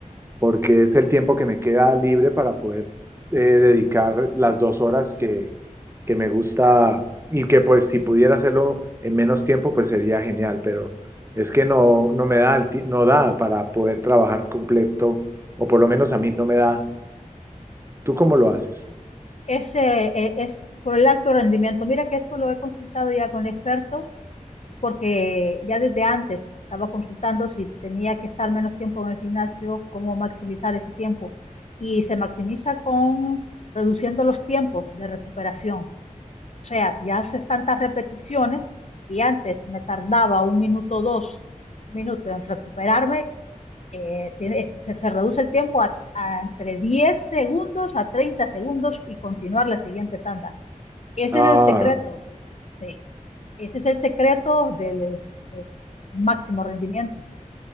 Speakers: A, on the right; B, on the left.
A: porque es el tiempo que me queda libre para poder eh, dedicar las dos horas que, que me gusta y que pues si pudiera hacerlo en menos tiempo, pues sería genial, pero es que no, no me da, el ti- no da para poder trabajar completo, o por lo menos a mí no me da. ¿Tú cómo lo haces?
B: Es, eh, eh, es por el alto rendimiento. Mira que esto lo he consultado ya con expertos porque ya desde antes estaba consultando si tenía que estar menos tiempo en el gimnasio, cómo maximizar ese tiempo. Y se maximiza con reduciendo los tiempos de recuperación. O sea, si haces tantas repeticiones y antes me tardaba un minuto, dos minutos en recuperarme, eh, tiene- se, se reduce el tiempo a, a entre 10 segundos a 30 segundos y continuar la siguiente tanda. Ese
A: Ah,
B: es el secreto. Sí. Ese es el secreto del eh, máximo rendimiento.